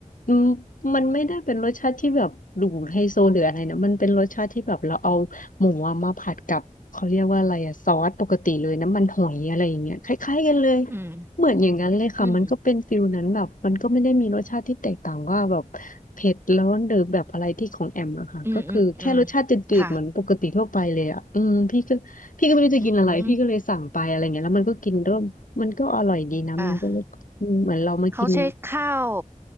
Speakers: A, on the left (about 80°); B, on the right (about 15°).
A: อืมมันไม่ได้เป็นรสชาติที่แบบดูไฮโซหรืออะไรนะมันเป็นรสชาติที่แบบเราเอาหมูอะมาผัดกับเขาเรียกว่าอะไรอะซอสปกติเลยน้ำมันหอยอะไรอย่างเงี้ยคล้ายๆกันเลย
B: อืม
A: เหมือนอย่างนั้นเลยค่ะมันก็เป็นฟิลนั้นแบบมันก็ไม่ได้มีรสชาติที่แตกต่างว่าแบบเผ็ดร้อนหรือแบบอะไรที่ของแอมอะค่ะก็คือแค่รสชาติจืดๆเหมือนปกติทั่วไปเลยอะอืมพี่ก็พี่ก็ไม่รู้จะกินอะไรพี่ก็เลยสั่งไปอะไรเงี้ยแล้วมันก็กินเริ่มมันก็อร่อยดีนะมันก็เลยอืมเหมือนเรามากิน
B: อืมอืมอืมอืมค่ะอืมอ่าเขาใช้ข้าว